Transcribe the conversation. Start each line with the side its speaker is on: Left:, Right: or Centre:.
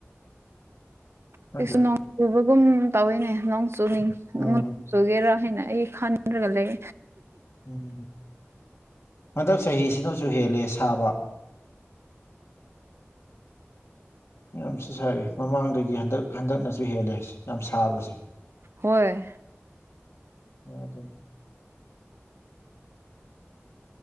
Left: ꯈꯪꯗꯦ
Right: ꯀꯩꯁꯨ ꯅꯣꯡ ꯆꯨꯕꯒꯨꯝ ꯇꯧꯋꯤꯅꯦ ꯅꯣꯡ ꯆꯨꯅꯤ
Left: ꯎꯝ
Right: ꯅꯣꯡ ꯆꯨꯒꯦꯔꯥ ꯍꯥꯢꯅ ꯑꯩ ꯈꯟꯗ꯭ꯔꯒ ꯂꯩ
Left: ꯎꯝ ꯍꯟꯗꯛ ꯆꯍꯤꯁꯤꯅꯁꯨ ꯍꯦꯜꯂꯦ ꯁꯥꯥꯕ ꯌꯥꯝꯁꯨ ꯁꯥꯏ ꯃꯃꯥꯡꯗꯒꯤ ꯍꯟꯗꯛ ꯍꯟꯗꯛꯅꯁꯨ ꯍꯦꯜꯂꯦ ꯌꯥꯝ ꯁꯥꯕꯁꯦ
Right: ꯍꯣꯏ
Left: ꯑꯥ ꯑꯗꯨꯅ